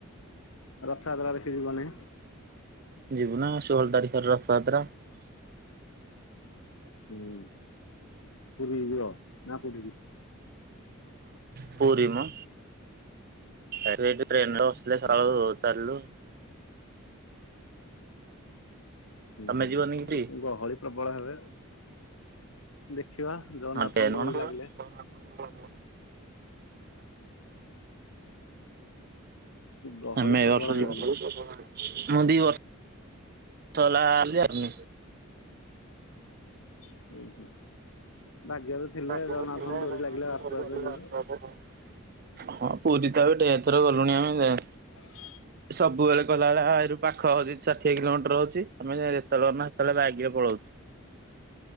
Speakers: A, on the left; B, on the right.
A: ରଥଯାତ୍ରା ଦେଖିଯିବନି?
B: ଯିବୁ ନା ଷୋହଳ ତାରିଖରେ ରଥଯାତ୍ରା।
A: ହୁଁ ପୁରୀ ଯିବ ନା କଉଟିକି?
B: ପୁରୀ ମ ଏବେ ଏଇ ଟ୍ରେନ ରେ ବ ଏତେ ସକାଳୁ
A: ଓହୋ
B: ଚାଲିଲୁ।
A: ହୁଁ
B: ତମେ ଯିବନି କି
A: ଗହଳି ପ୍ରବଳ ହେବେ ଆଉ। ଦେଖିବା ଜଗନ୍ନାଥଙ୍କ
B: ହଁ ଟ୍ରେନ
A: ଡୋରି
B: କଣ
A: ଲାଗିଲେ।
B: ହଁ।
A: ଗହଳି
B: ଆମେ
A: ପ୍ରବଳ
B: ଏ ବର୍ଷ
A: ହେବେ
B: ଯିବୁ।
A: କିନ୍ତୁ
B: ମୁଁ ଦିଇ ବର୍ଷ ବର୍ଷ ହେଲା ଯାଉନି।
A: ହୁଁ ହୁଁ ଭାଗ୍ୟରେ ଥିଲେ
B: ଭାଗ୍ୟରେ
A: ଜଗନ୍ନାଥଙ୍କ
B: ଥିଲେ
A: ଡୋରି
B: ଜଗନ୍ନାଥ
A: ଲାଗିଲେ ବାଟରେ ଯିବେ ଆଉ
B: <unintelligible> ହଁ ପୁରୀ ତ ଏବେ ଢେରଥର ଗଲୁଣି ଆମେ ଯେ।
A: ହଁ <inaudible>
B: ସବୁବେଳେ କହିଲା ଭଳିଆ ଏଇଠୁ ପାଖ ହଉଚି ଷାଠିଏ କିଲୋମିଟର ହଉଚି ଆମେ ଯେତେବେଳେ ନା ସେତେବେଳେ ବାଇକ ରେ ପଳଉଚୁ।